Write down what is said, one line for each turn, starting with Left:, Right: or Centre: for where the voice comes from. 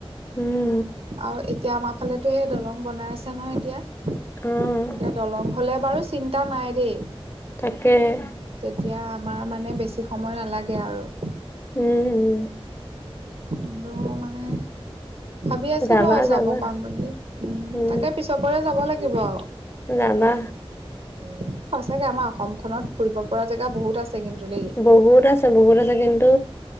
Left: উম,
Right: আৰু এতিয়া আমাৰ ফালেতো সেই দলং বনাই আছে নহয় এতিয়া এতিয়া
Left: অ',
Right: দলং হ'লে বাৰু চিন্তা নাই দেই।
Left: তাকেহে
Right: তেতিয়া আমাৰ মানে বেছি সময় নালাগে আৰু
Left: উম উম
Right: কিন্তু মানে ভাবি আছিলো
Left: যাবা
Right: আৰু যাব
Left: যাবা
Right: পাম বুলি উ
Left: উম,
Right: তাকে পিছ পৰে যাব লাগিব আও
Left: যাবা
Right: উ সঁচাকে আমাৰ অসমখনত ফুৰিব পৰা জেগা বহুত আছে কিন্তু দেই
Left: বহুত আছে বহুত আছে কিন্তু